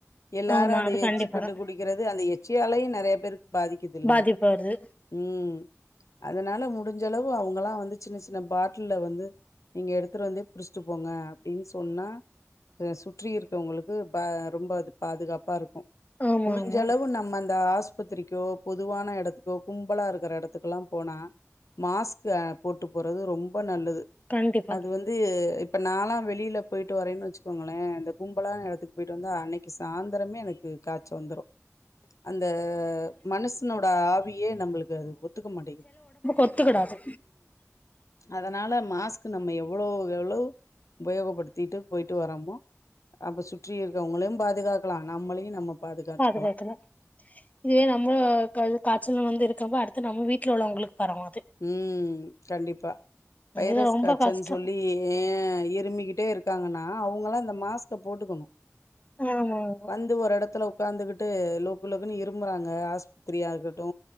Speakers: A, on the left (about 85°); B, on the left (about 30°).
A: எல்லாரு
B: ஆமா
A: அத
B: அது
A: எச்சிப்பட்டு
B: கண்டிப்பாதா
A: குடிக்க கிறது அந்த எச்சியாலையு நெறைய பேருக்கு பாதிக்குதுல்ல
B: பாதிப்பு வருது
A: ம் அதனால முடிஞ்சளவு அவங்கலா வந்து சின்ன சின்ன பாட்டில்ல வந்து நீங்க எடுத்ட்டு வந்து புடிச்சட்டு போங்க அப்டின்னு சொன்னா அ சுற்றி இருக்கவங்ளுக்கு பா ரொம்ப அது பாதுகாப்பா இருக்கு
B: ஆமா
A: முடிஞ்சளவு
B: ஆமா
A: நம்ம அந்த ஆஸ் பத்திரிக்கோ பொதுவான இடத்துக்கோ கும்பலா இருக்கற இடத்துக்கல்லா போனா மாஸ்க் அ போட்டு போறது ரொம்ப நல்லது
B: கண்டிப்பா
A: அது வந்து இப்ப நாலா வெளி வெளில போயிட்டு வரேன்னு வெச்சுக்கோங்களே இந்த கும்பலா இடத்துக்கு போயிட்டு வந்து அன்னைக்கு சாயந்தரமே எனக்கு காச்ச வந்துடு அந்த மனசனோட ஆவியே நம்ளுக்கு அது ஒத்துக்க மாட்டிங்குது
B: ஒத்துக்கடாது
A: அதனால மாஸ்க்கு நம்ம எவ்ளோவ் எவ்ளோவ் உபயோகப்படுத்திட்டு போயிட்டு வரமோ அப்ப சுற்றி இருக்கவங்களையு பாதுகாக்கலா நம்மளையு நம்ம பாதுகாத்துக்கலா
B: பாதுகாக்கலா இதுவே நம்ம காய்ச்சல வந்து இருக்கப்போ அடுத்து நம்ம வீட்ல உள்ளவங்ளுக்கு பரவு அது
A: ம் கண்டிப்பா வைரஸ்
B: அது ரொம்ப
A: காய்ச்சன்னு
B: கஷ்டோ
A: சொல்லி ஏ இருமிக்கிட்டே இருக்காங்கன்னா அவங்களா இந்த மாஸ்க்க போட்டுக்கணு
B: ஆமா ஆமா
A: வந்து ஒரு இடத்துல உட்காந்துகிட்டு லோக்கு லோக்குன்னு இரும்புறாங்க ஆஸ் பத்திரியா இருக்கட்டு